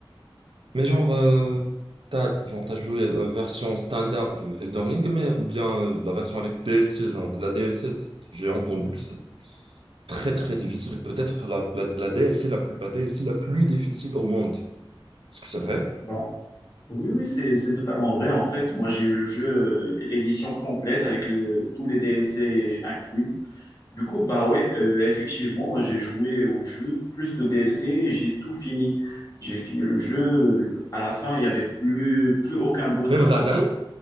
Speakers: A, on the right; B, on the left.
A: Mais genre, euh, t'as, genre, t'as joué la version standard de Elden Ring, mais, ou bien euh, la version avec DLC, genre, la DLC, j'ai entendu que Très, très difficile. Peut-être la, la, la DLC la plus, la DLC la plus difficile au monde. Est-ce que c'est vrai?
B: bon Oui, oui, c'est, c'est totalement vrai. En fait, moi, j'ai eu le jeu euh, édition complète avec le, tous les DLC inclus. Du coup, bah ouais, euh, effectivement, j'ai joué au jeu, plus le DLC, et j'ai tout fini. J'ai fini le jeu. euh, À la fin, il n'y avait plus, plus aucun boss
A: Même
B: à
A: Radin?
B: battre.